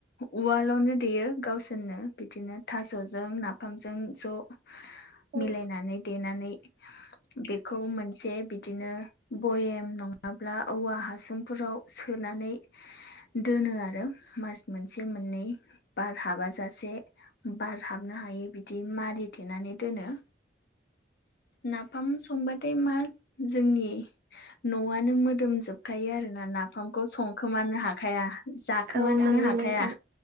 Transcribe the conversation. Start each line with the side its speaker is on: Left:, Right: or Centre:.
Left: उवालावनो देयो गावसोरनो बिदिनो थास'जों नाफामजों ज'
Right: औ
Left: मिलायनानै देनानै बेखौ मोनसे बिदिनो भयाम नङाब्ला औवा हासुंफोराव सोनानै दोनो आरो मास मोनसे मोननै बार हाबाजासे बारहाबनो हायि बिदि मारिथेनानै दोनो नाफाम संबाथाय मा जोंनि न'आनो मोदोम जोबखायो आरोना नाफामखौ संखोमानो हाखाया जाखोमानोनो
Right: जानो
Left: हाखाया
Right: मोननो